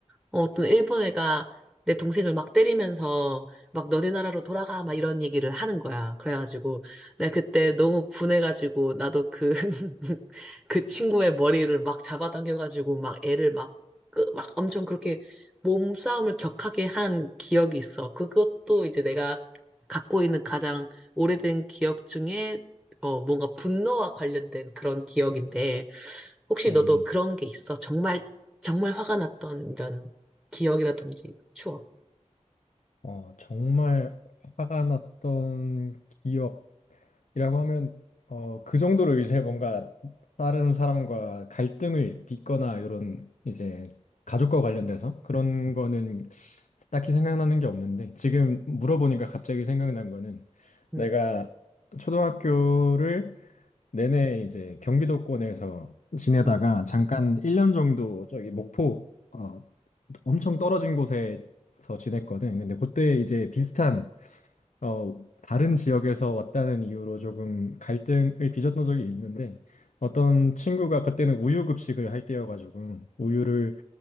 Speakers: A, in the centre; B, on the left.
A: 어, 어떤 일본 애가 내 동생을 막 때리면서 막 너네 나라로 돌아가 막 이런 얘기를 하는 거야. 그래가지고 내가 그때 너무 분해가지고 나도 그, <laughs> 그 친구의 머리를 막 잡아당겨가지고 막 애를 막, 끄- 막 엄청 그렇게 몸싸움을 격하게 한 기억이 있어. 그것도 이제 내가 갖고 있는 가장 오래된 기억 중에 어, 뭔가 분노와 관련된 그런 기억인데 혹시
B: 음,
A: 너도 그런 게 있어? 정말 정말 화가 났던 이런 기억이라든지 추억.
B: 어, 정말 화가 났던 기억이라고 하면 어, 그 정도로 이제 뭔가 다른 사람과 갈등을 빚거나 이런 이제 가족과 관련돼서 그런 거는 딱히 생각나는 게 없는데 지금 물어보니까 갑자기 생각난 거는
A: 음,
B: 내가 초등학교를 내내 이제 경기도권에서 지내다가
A: 음,
B: 잠깐 1년 정도 저기 목포 어, 엄청 떨어진 곳에서 지냈거든. 근데 그때 이제 비슷한 어, 다른 지역에서 왔다는 이유로 조금 갈등을 빚었던 적이 있는데 어떤 친구가 그때는 우유 급식을 할 때여가지고 우유를